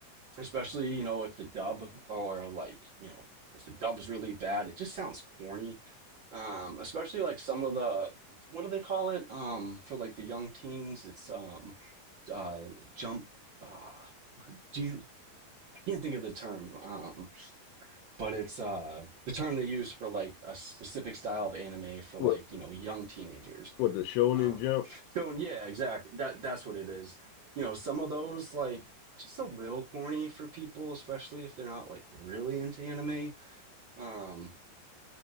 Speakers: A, on the right; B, on the left.
A: especially you know if the dub or like you know if the dub's really bad it just sounds corny um especially like some of the what do they call it um for like the young teens it's um uh jump uh what do you I can't think of the term um but it's uh the term they use for like a specific style of anime for
B: what
A: like you know young teenagers
B: what the Shonen
A: um,
B: Jump.
A: so yeah, exactly. That that's what it is. You know, some of those like just a little corny for people, especially if they're not like really into anime. Um,